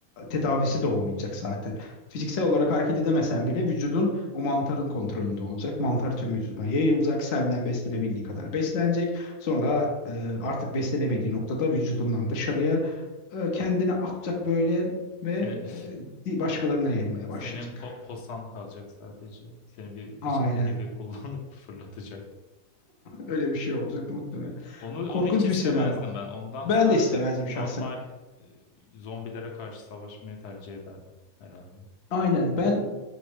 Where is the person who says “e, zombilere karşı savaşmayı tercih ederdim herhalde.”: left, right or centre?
Left